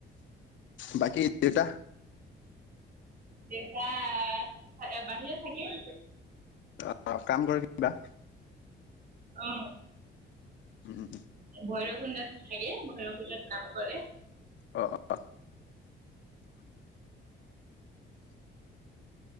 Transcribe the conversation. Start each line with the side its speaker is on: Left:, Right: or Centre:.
Left: বাকী দেউতা
Right: দেউতা বাহিৰত থাকে।
Left: অ, কাম কৰে কিবা।
Right: অ',
Left: উম,
Right: ভৈৰৱ কুণ্ডত থাকে ভৈৰৱ কুণ্ডত কাম কৰে।
Left: অ', অ', অ',